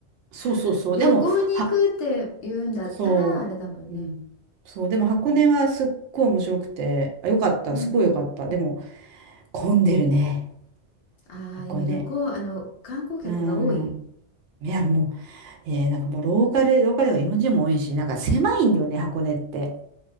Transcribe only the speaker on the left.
<laughs> 旅行に行くって言うんだったらあれだもんね。
うん。
うん。
ああ、
今旅行、あの、観光客が多い。